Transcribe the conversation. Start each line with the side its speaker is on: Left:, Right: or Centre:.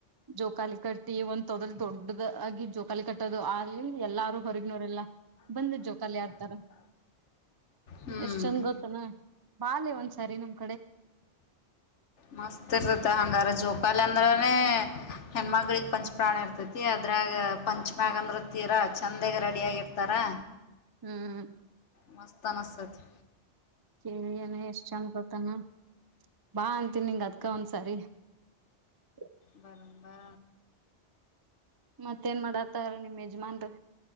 Right: ಜೋಕಾಲಿ ಕಟ್ಟಿ ಒಂದ್ ತೊದಲ್ ದೊಡ್ಡದು ಆಗಿ ಜೋಕಾಲಿ ಕಟ್ಟದು ಅಲ್ಲಿ ಎಲ್ಲಾರು ಹೊರಗಿನೋರೆಲ್ಲ ಬಂದು ಜೋಕಲಿ ಆಡ್ತಾರ
Left: ಹ್ಮ್
Right: ಎಷ್ಟ್ ಚಂದ್ ಗೊತ್ತೆನಾ ಬಾಲೆ ಒಂದ್ಸರಿ ನಮ್ದ್
Left: ಮಸ್ತ್ ಇರುತ್ತ ಹಂಗಾರ ಜೋ ಪಲ್ ಅಂದ್ರನೇ ಹೆಣ್ಮಕ್ಕಳಿಗೆ ಪಂಚ ಪ್ರಾಣ ಇರ್ತೈತಿ ಅದ್ರಾಗ ಪಂಚಮ್ಯಗ ಅಂದ್ರೆ ತೀರ ಚಂದಾಗೆ ರೆಡಿ ಆಗಿರ್ತಾರಾ
Right: ಹ್ಮ್
Left: ಮಸ್ತ್ ಅನ್ಸುತ್ತೈತಿ
Right: ಕೇಳಿನೆ ಎಷ್ಟ್ ಚಂದ್ ಗೊತಾನೊ ಬಾ ಅಂತಿನಿ ನಿಂಗ ಅದ್ಕ ಒಂದ್ಸಾರಿ <unintelligible>
Left: ಬರ ಬಾ
Right: ಮತ್ತೇನ್ ಮಾಡಾತರ ನಿಮ್ಮ್ ಯಜಮಾನ್ರು